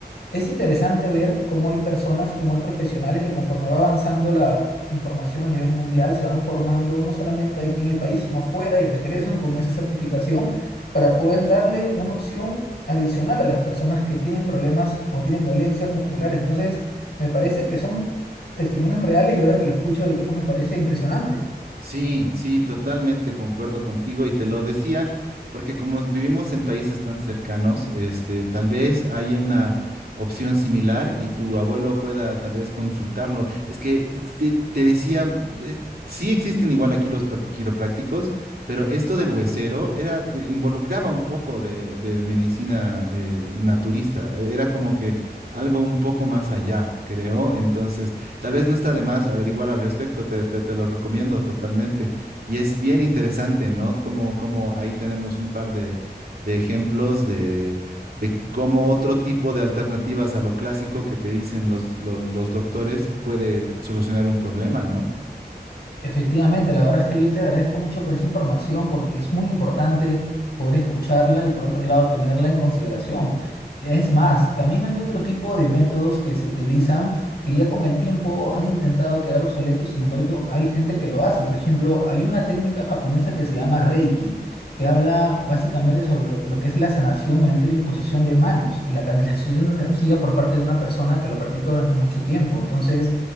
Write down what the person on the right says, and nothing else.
Sí, sí, totalmente concuerdo contigo y te lo decía porque como vivimos en países tan cercanos, este, tal vez hay una opción similar y tu abuelo pueda tal vez consultarlo. Es que es- te, te decía, eh, sí existen igual aquí los per- quiroprácticos, pero esto del huesero era, te involucraba un poco de, de medicina eh, naturista, e, era como que algo un poco más allá, creo. Entonces... Tal vez no está de más averiguar al respecto, te, te- te lo recomiendo totalmente. Y es bien interesante, ¿no? Como, como ahí tenemos un par de, de ejemplos de, de cómo otro tipo de alternativas a lo clásico que te dicen los, lo- los doctores puede solucionar un problema, ¿no?